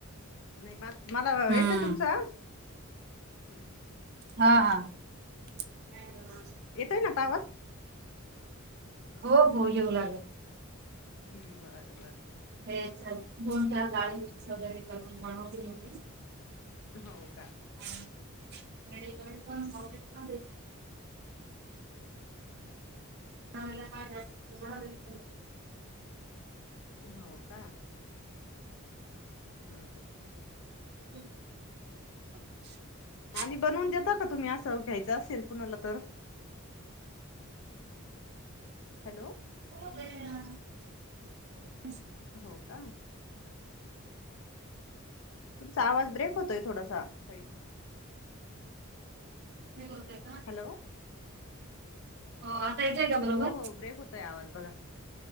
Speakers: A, on the left; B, on the right.
A: नाय म मला
B: हम्म
A: येतंय तुमचा, हूं हूं
B: हा <unintelligible>
A: येतोय ना आता आवाज?
B: हो हो येऊ लागलं
A: अम्म बरं बरं
B: हेचं दोन चार डाळीचं मिक्स वगैरे करून बनवते मी आपली
A: हो का
B: आणि रेडी करून पण <unintelligible> आणि <unintelligible>
A: हो का हूं हूं
B: <unintelligible>
A: आणि बनवून देता का तुम्ही असं, घ्यायचं असेल कुणाला तर हॅलो
B: <unintelligible>
A: हो का तुमचा आवाज ब्रेक होतोय थोडासा ताई
B: ब्रेक होतंय.
A: हॅलो
B: हो. आता येतोय का? बरोबर?
A: हो हो, ब्रेक होतंय आवाज बघा